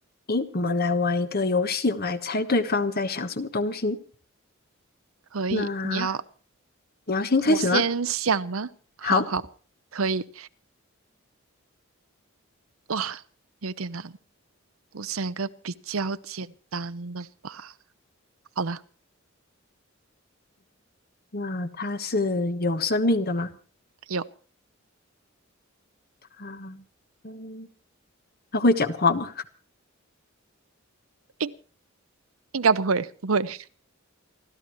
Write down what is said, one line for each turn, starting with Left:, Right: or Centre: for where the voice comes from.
Left: 诶，我们来玩一个游戏，我们来猜对方在想什么东西。
Right: 可以，
Left: 那
Right: 你要
Left: 你要先开始吗？
Right: 我先想吗？好好，
Left: 好，
Right: 可以。哇，有点难，我想一个比较简单的吧。好了，
Left: 那它是有生命的吗？
Right: 有，
Left: 啊，嗯，它会讲话吗？
Right: 应应该不会，不会。